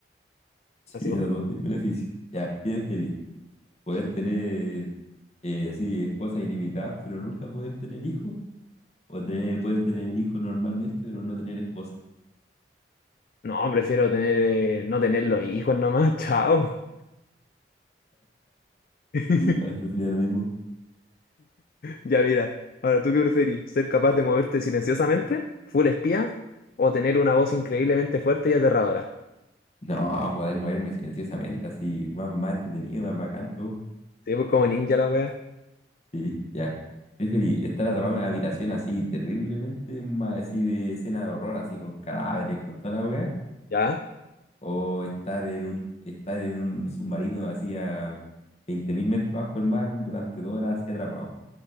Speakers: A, on the left; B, on the left.
A: Sí,
B: Así como,
A: los dos tienen beneficio. Ya, ¿qué feliz ¿Poder tener eh, así esposa ilimitada, pero nunca poder tener hijos? ¿O tener, poder tener hijos normalmente, pero no tener esposa?
B: no, prefiero tener, eh, no tener los hijos nomás, chao. <laughs>
A: Sí, yo igual preferiría lo mismo.
B: Ya mira, ahora tú qué preferís, ser capaz de moverte silenciosamente, full espía, o tener una voz increíblemente fuerte y aterradora.
A: No, poder moverme silenciosamente, así, más, más entretenido, más bacán, todo.
B: Sí, pues como ninja la wea,
A: Sí, ya. Preferí estar atrapado en una habitación así terriblemente, ma- así de escena de horror, así con cadáveres, con toda la wea,
B: ya.
A: o estar en un, estar en un submarino así a 20.000 metros bajo el mar durante dos horas así atrapado.